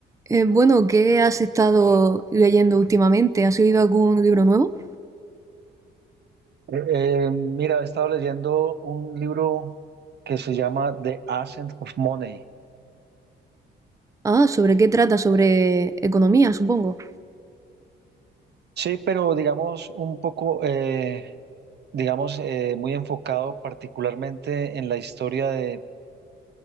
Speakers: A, on the right; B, on the right.
A: Eh, bueno, ¿qué has estado leyendo últimamente? ¿Has leído algún libro nuevo?
B: Eh, eh, mira, he estado leyendo un libro que se llama The Ascent of Money.
A: Ah, ¿sobre qué trata? Sobre economía, supongo.
B: Sí, pero digamos un poco, eh, digamos, eh, muy enfocado particularmente en la historia de,